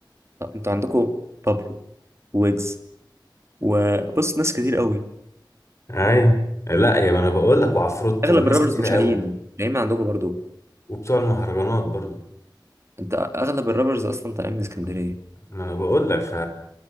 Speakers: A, on the right; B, on the left.
A: طب انتوا عندكم بابلو ويجز وبص ناس كتير قوي
B: ايوه لا يا ما انا بقول لك وعفروتو
A: اغلب
B: وناس
A: الرابرز
B: كتير
A: وشاهين
B: قوي
A: شاهين عندكم برضو
B: وبتوع المهرجانات برضو
A: انت اغلب الرابرز اصلا طالعين من اسكندريه
B: ما انا بقول لك ف